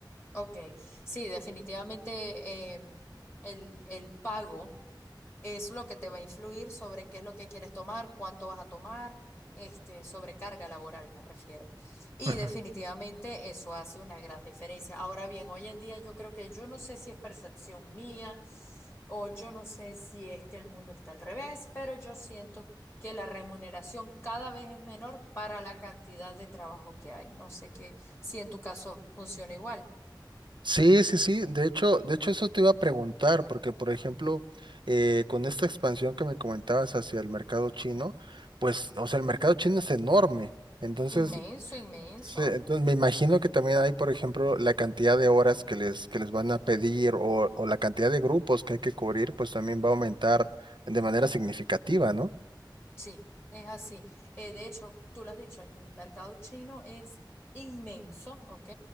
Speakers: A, on the left; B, on the right.
A: Ok, sí, definitivamente em, el, el pago es lo que te va a influir sobre qué es lo que quieres tomar, cuánto vas a tomar, este, sobrecarga laboral me refiero. Y
B: Ujú.
A: definitivamente eso hace una gran diferencia. Ahora bien, hoy en día yo creo que yo no sé si es percepción mía o yo no sé si es que el mundo está al revés, pero yo siento que la remuneración cada vez es menor para la cantidad de trabajo que hay. No sé qué, si en tu caso funciona igual.
B: Sí, sí, sí. De hecho, de hecho eso te iba a preguntar, porque por ejemplo, eh, con esta expansión que me comentabas hacia el mercado chino, pues, o sea, el mercado chino es enorme. Entonces,
A: Inmenso, inmenso.
B: Sí, entonces me imagino que también hay, por ejemplo, la cantidad de horas que les, que les van a pedir o, o la cantidad de grupos que hay que cubrir, pues también va a aumentar de manera significativa, ¿no?
A: Sí, es así. Eh, de hecho, tú lo has dicho, el mercado chino es inmenso, ¿ok?